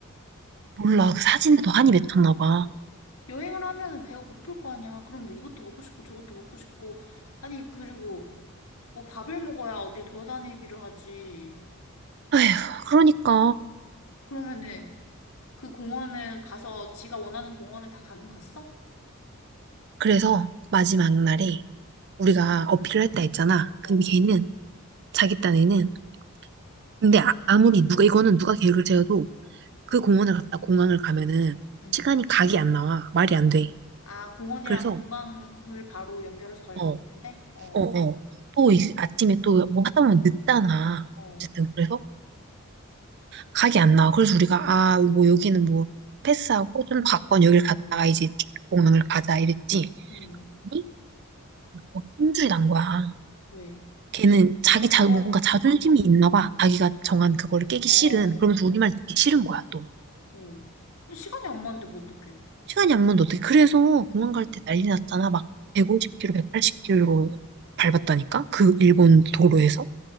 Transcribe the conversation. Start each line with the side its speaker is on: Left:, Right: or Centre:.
Right: 몰라, 그 사진에 더 한이 맺혔나 봐.
Left: 여행을 하면은 배가 고플 거 아니야. 그럼 뭐 이것도 먹고 싶고 저것도 먹고 싶고. 아니, 그리고 뭐 밥을 먹어야 어디 돌아다니기를 하지.
Right: 에휴, 그러니까.
Left: 그러면은 그 공원을 가서 지가 원하는 공원을 다 가긴 갔어?
Right: 그래서 마지막
Left: 어.
Right: 날에 우리가 어필을 했다 했잖아.
Left: 어,
Right: 근데 걔는, 자기 딴에는, 근데 아, 무리 누가, 이거는 누가 계획을 세워도 그 공원을 갔다 공항을 가면은
Left: 응.
Right: 시간이 각이 안 나와. 말이 안 돼.
Left: 아, 공원이랑
Right: 그래서,
Left: 공항을 바로 연결해서 가려고
Right: 어, 어,
Left: 했는데, 어,
Right: 어. 또 이- 아침에 또 뭐 하다 보면 늦잖아.
Left: 어,
Right: 어쨌든, 그래서 각이 안 나와. 그래서 우리가 아, 뭐 여기는 뭐 패스하고 좀 바꿔 여길 갔다가 이제 공항을 가자 이랬지.
Left: 응.
Right: 아니, 뭐 힘줄이 난 거야.
Left: 왜?
Right: 걔는 자기
Left: 못 갔다고?
Right: 자, 뭔가 자존심이 있나 봐. 자기가 정한 그거를 깨기
Left: 어,
Right: 싫은. 그러면서
Left: 어,
Right: 우리말 듣기 싫은 거야, 또.
Left: 어. 그 시간이 안 맞는데 뭐 어떡해?
Right: 시간이 안 맞는데 어떻게. 그래서 공항 갈 때 난리 났잖아. 막 150km, 180km로 밟았다니까? 그 일본 도로에서?